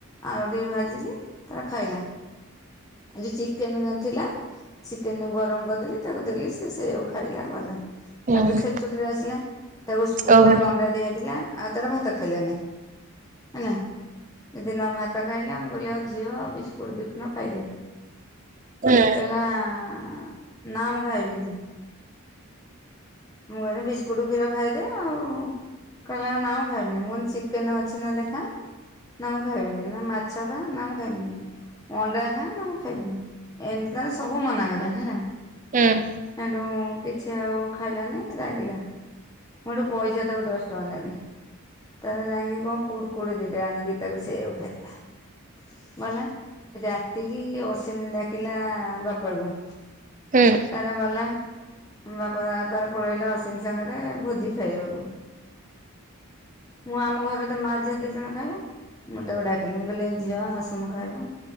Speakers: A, on the left; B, on the right.
A: ଆଳୁ ଟିକେ ଭାଜିଲି, ତାର ଖାଇଲା। ଯୋଉ ଚିକେନ୍ ଥିଲା ଚିକେନ୍ କୁ ଗରମ କରିଦେଲି, ତାକୁ ଦେଲି ସେ ସେ ଆଉ ଖାଇଲା, ଗଲା। ତା'ପରେ
B: ହୁଁ
A: ଖେଲଛୁଟି ରେ ଆସିଲା। ତାକୁ ସ୍କୁଲରେ
B: ଓହୋ
A: ଅଣ୍ଡା ଦିଆହେଇଥିଲା, ଆଉ ତାର ଭାତ ଖାଇଲାନି। ହେଲା। ଯଦି ନ ଭାତ ଖାଇଲା! ମୁଁ କହିଲି ଆଉ ଝିଅ ବିସ୍କୁଟ ଦିଖଣ୍ଡ, ଖାଇଦେ।
B: ହୁଁ
A: କହିଲା-ଆଁ, ନା ମୁଁ ଖାଇବିନି। ମୁଁ କହିଲି ବିସ୍କୁଟ୍ କ୍ଷୀର ଖାଇଦେ ଆଉଁ। କହିଲା ନାଁ ମୁଁ ଖାଇବିନି। ମୁଁ କହିନି ଚିକେନ୍ ଅଛି ନହେଲେ ଖା। ନାଁ ମୁଁ ଖାଇବିନିଁ। ନା ମାଛ ଖା, ନା ମୁଁ ଖାଇବିନି। ଅଣ୍ଡା ଖା ନା ମୁଁ ଖାଇବିନି ଏମିତି ତାର ସବୁ ମନାକଲା ହେଲା।
B: ହୁଁ।
A: ଏଠୁ କିଛି ଆଉ ଖାଇଲାନି ରାଗିଲା। ମୁଁ ଏଠୁ ପଇସା ତାକୁ ଦଶ ଟଙ୍କା ଦେନି। ତାର ଯାଇକି କଣ କୁଡ଼ କୁଡି ଦିଟା ଆଣିକି ତାକୁ ସେଇବାକୁ ଖାଇଦେଲା। ଗଲା ରାତି କିି ଅଶିନି ଡାକିଲା ବାପାକୁ
B: ହୁଁ
A: ତାର ଗଲା ବାପା ତାର ପଳେଇଲା ଅସିନ ସାଙ୍ଗରେ ଭୋଜି ଖାଇବାକୁ। ମୁଁ ଆମ ଘରେ ତ ମା ଝିଅ ଦି ଜଣ ଖାଇବା। ମୁଁ ତାକୁ ଡାକିଲି ମୁ କହିଲି ଝିଅ ଆସୁନୁ ଖାଇବୁ।